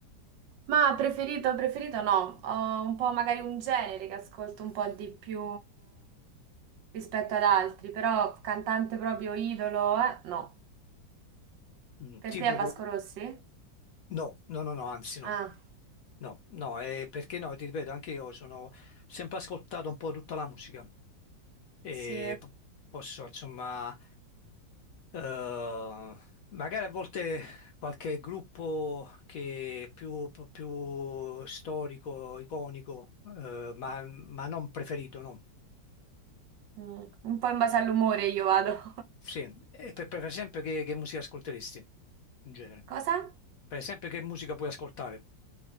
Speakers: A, on the right; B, on the left.
A: Ma preferito, preferito no, ho un po' magari un genere che ascolto un po' di più rispetto ad altri, però cantante proprio idolo, eh? No.
B: Mm,
A: Per
B: Tipo,
A: te è Vasco Rossi?
B: no, no, no, no, anzi no.
A: Ah,
B: No, no, eh, perché no, ti ripeto, anche io sono ho sempre ascoltato un po' tutta la musica e
A: sì.
B: p- posso, insomma, eh, magari a volte qualche gruppo che è più, più storico, iconico, eh, ma, ma non preferito, no.
A: Mm, Un po' in base all'umore io vado.
B: Sì, e per, per esempio che, che musica ascolteresti in genere?
A: <laughs> Cosa?
B: Per esempio che musica puoi ascoltare?